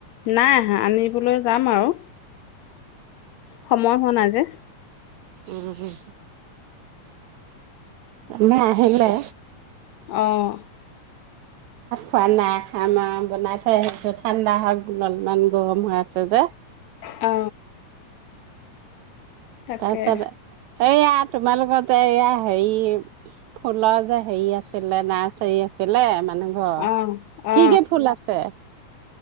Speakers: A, on the left; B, on the right.
A: নাই আহা আনিবলৈ যাম আৰু। সময় হোৱা নাই যে।
B: উম, উম। আমাৰ আহিলে।
A: অ <inaudible>
B: খোৱাানা খামা বনাই থৈ আহিছো ঠাণ্ডা হওক <unintelligible> অলপমান গৰম হৈ আছে যে-
A: অ তাকে-
B: তাৰপিছত এইয়া তোমালোকতে এয়া হেৰিৰ, ফুলৰ যে হেৰি আছিলে, নাৰ্চাৰী আছিলে মান- নাংঘ-
A: অ অ
B: কি কি ফুল আছে?